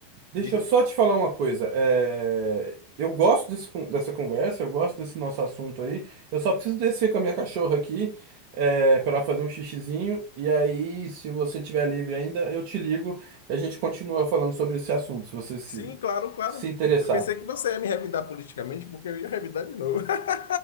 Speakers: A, on the right; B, on the left.
A: Deixa
B: Diga.
A: eu só te falar uma coisa. É, Eu gosto desse con- dessa conversa, eu gosto desse nosso assunto aí. Eu só preciso descer com a minha cachorra aqui, é, para ela fazer um xixizinho. E aí, se você tiver livre ainda, eu te ligo e a gente continua falando sobre esse assunto, se você se,
B: Sim, claro, claro.
A: se interessar.
B: Eu pensei que você ia me revidar politicamente, porque eu ia revidar de novo. <laughs>